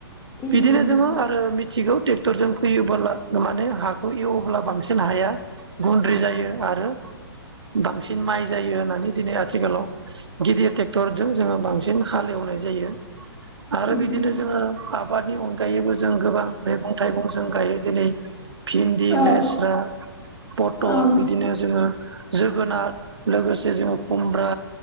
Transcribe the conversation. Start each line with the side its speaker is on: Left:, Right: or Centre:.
Left: उम
Right: बिदिनो
Left: उम
Right: जोङो आरो मिथिगौ टेक्टरजों फैयोबोला माने हाखौ एवोब्ला बांसिन हाया गुन्द्रि जायो आरो बांसिन माइ जायो होननानै दिनै आथिखालाव गिदिर ट्रेक्टरजों जोङो बांसिन हालेवनाय जायो। आरो
Left: उम
Right: बिदिनो
Left: उम
Right: जोङो आबादनि अनगायैबो जों गोबां मैगं थाइगं जों गायो दिनै भिन्दि
Left: औ
Right: लेस्रा पटल
Left: औ
Right: बिदिनो जोङो जोगोनार लोगोसे जोङो खुमब्रा